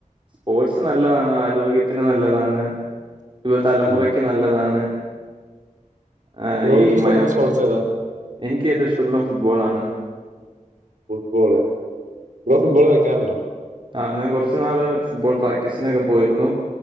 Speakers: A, on the right; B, on the right.
A: സ്പോർട്സ് നല്ലതാണ് ആരോഗ്യത്തിന് നല്ലതാണ് യുവ തലമുറക്ക്
B: ഉം.
A: നല്ലതാണ്. ഏഹ്
B: ബ്രോയ്ക്ക്
A: ഈ
B: ഇഷ്ടപ്പെട്ട
A: മ
B: സ്പോർട്സ്
A: മ
B: ഏതാ
A: എനിക്ക് ഏറ്റവും ഇഷ്ടപ്പെടണ ഫുട്ബോളാണ്.
B: ഫുട്ബോള് ബ്രോ ഫുട്ബോള് കളിക്കാറുണ്ടോ?
A: ആഹ് ഞാൻ കൊറച്ച് നാള് ഫുട്ബോൾ പ്രാക്ടീസിനൊക്കെ പോയിരുന്നു.